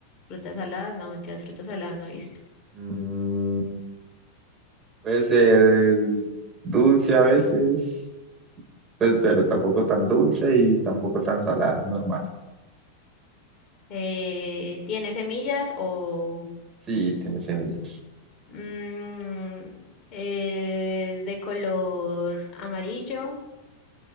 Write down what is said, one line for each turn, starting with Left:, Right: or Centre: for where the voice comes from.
Left: Frutas saladas, no, mentiras, frutas saladas no he visto.
Right: Mm, puede ser dulce a veces, pues, pero tampoco tan dulce y tampoco tan salada, normal.
Left: Eh, ¿tiene semillas o
Right: Sí, tiene semillas.
Left: mm, es de color amarillo,